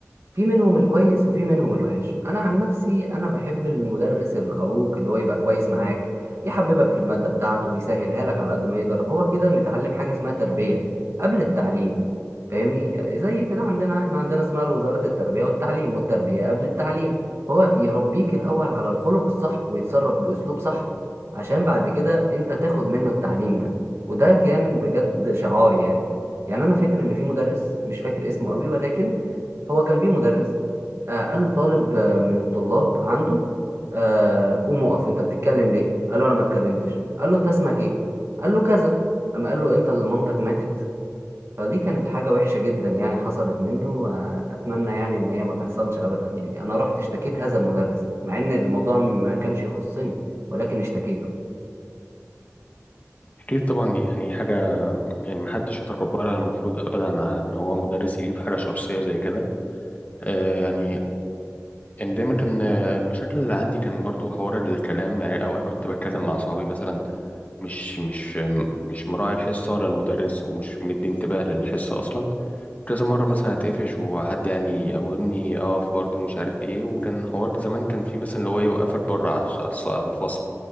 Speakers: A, on the right; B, on the left.
A: في منهم الكويس وفي منهم الوحش انا عن نفسي انا بحب المدرس الخلوق اللي هو يبقى كويس معاك يحببك في المادة بتاعته ويسهلها لك على قد ما يقدر هو كده متعلم حاجة اسمها تربية قبل التعليم فاهمني زي كده عندنا احنا عندنا اسمها وزارة التربية والتعليم والتربية قبل التعليم هو يربيك الاول على الخلق الصح ويتصرف باسلوب صح عشان بعد كده انت تاخد منه التعليم ده وده كان بجد شعار يعني يعني انا فاكر ان في مدرس مش فاكر اسمه قوي ولكن هو كان في مدرس آه قال لطالب آه من الطلاب عنده آه قوم اقف انت بتتكلم ليه قال له انا ما اتكلمتش قال له انت اسمك ايه قال له كذا اما قال له انت اللي مامتك ماتت فدي كانت حاجة وحشة جدا يعني حصلت منه آه اتمنى يعني ان هي ما تحصلش ابدا يعني انا رحت اشتكيت هذا المدرس مع ان الموضوع ما كانش يخصني ولكن اشتكيته
B: أكيد طبعا دي يعني حاجة يعني محدش يتقبلها المفروض أبدا إن هو مدرس يجيب حاجة شخصية زي كده آه يعني يعني دايما كان آه، المشاكل اللي عندي كان برضو حوار الكلام يعني أوقات كنت بتكلم مع صحابي مثلا مش مش مش مراعي الحصة ولا المدرس ومش مدي انتباه للحصة أصلا كذا مرة مثلا هتقفش وحد يعني يقومني أقف برضو مش عارف إيه وكان حوار زمان كان في مثلا اللي هو يوقفك بره على على الص- على الفصل